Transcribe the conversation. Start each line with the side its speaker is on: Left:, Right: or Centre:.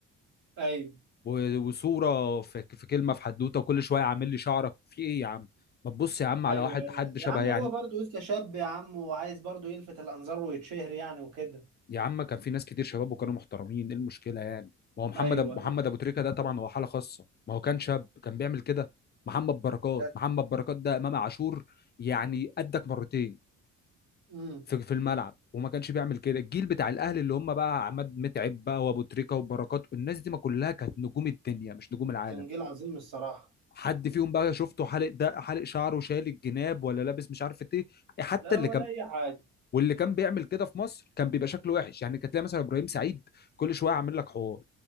Right: ايوه
Left: و- وصوره في, في كلمه في حدوته وكل شويه عامل لي شعرك في ايه يا عم ما تبص يا عم على
Right: ايوه
Left: واحد
Right: ايوه
Left: حد
Right: يا
Left: شبه
Right: عم
Left: يعني
Right: هو برضه لسه شاب يا عم وعايز برضه يلفت الأنظار ويتشهر يعني وكده
Left: يا عم كان في ناس كتير شباب وكانوا محترمين ايه المشكله يعني ما هو محمد
Right: ايوه
Left: أب... محمد
Right: ايوه
Left: ابو تريكه ده طبعا هو حاله خاصه ما هو كان شاب كان بيعمل كده محمد بركات
Right: الذات
Left: محمد بركات
Right: التالي
Left: ده امام عاشور يعني قدك مرتين
Right: امم
Left: في في الملعب وما كانش بيعمل كده الجيل بتاع الاهلي اللي هم بقى عماد متعب بقى وابو تريكه وبركات الناس دي ما كلها كانت نجوم الدنيا مش نجوم العالم
Right: كان جيل عظيم الصراحة
Left: حد فيهم بقى شفته حالق ده حالق شعره شايل الجناب ولا لابس مش عارف ايه حتى
Right: لا
Left: اللي
Right: ولا
Left: كان
Right: أي حاجة
Left: واللي كان بيعمل كده في مصر كان بيبقى شكله وحش يعني كانت تلاقي مثلا ابراهيم سعيد كل شويه عامل لك حوار